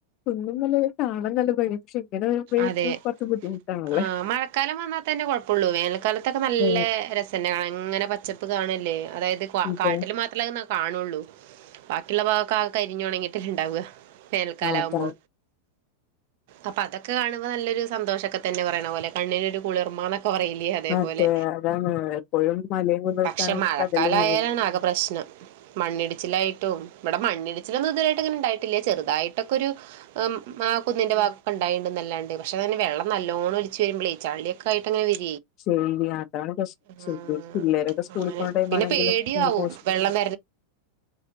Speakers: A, on the left; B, on the right.
A: കുന്നും മലയൊക്കെ കാണാൻ നല്ല <unintelligible> വരുമ്പോഴേക്കും
B: അതെ
A: കുറച്ച് ബുദ്ധിമുട്ടാണല്ലേ.
B: ആ മഴക്കാലം വന്നാത്തന്നെ കൊഴപ്പൊടള്ളൂ. വേനൽക്കാലത്തൊക്കെ നല്ല
A: ഏ
B: രസന്നെ കാണാൻ. ഇങ്ങനെ പച്ചപ് പ് കാണല്ലേ. അതായത്
A: അതെ
B: കാട്ടില് മാത്രല്ലേങ്ങനെ കാണുള്ളൂ. ബാക്കിയുള്ള ഭാഗൊക്കെ ആകെ കരിഞ്ഞൊണങ്ങിയിട്ടല്ലേ ഇണ്ടാവുക? വേനൽക്കാലാവുമ്പോ
A: അതാണ്
B: അപ്പൊ അതക് കെ കാണുമ്പോ നല്ലൊരു സന്തോഷൊക്കെ തന്നെ പറയണ പോലെ കണ്ണിനൊരു കുളിർമാന് നൊക്കെ പറയില്ലേ അതേപോലെ.
A: അതെ അതാണ് എപ്പോഴും മലയും കുന്നൊക്കെ
B: പക്ഷെ
A: കാണുമ്പോ
B: മഴക്കാലയാലാണ്
A: കടലും ആഹ്
B: ആകെ പ്രശ്നം. മണ്ണിടിച്ചിലായിട്ടും ഇവിടെ മണ്ണിടിച്ചിലൊന്നും ഇതുവരെയായിട്ട് ഇങ്ങനെ ഇണ്ടായിട്ടില്ല. ചെറുതായിട്ടൊക്കെ ഒരു ആ മ് കുന്നിന്റെ <unintelligible> ണ്ടായിന്നല്ലാണ്ട്. പക്ഷെതിന് വെള്ളം നല്ലോണം ഒലിച്ച് വരുമ്പളേ ചള്ളിയൊക്കെയിട്ട് അങ്ങനെ വരു
A: ചെളി അതാണ് പ്രശ്നം.
B: ആഹ്
A: <unintelligible> അതാണ് പ്രശ്നം പിള്ളേരൊക്കെ സ്കൂളിൽ
B: അങ്ങനെ
A: പോണ ടൈമാണെങ്കിലും
B: പിന്നെ പേടിയാവും
A: <unintelligible>
B: വെള്ളം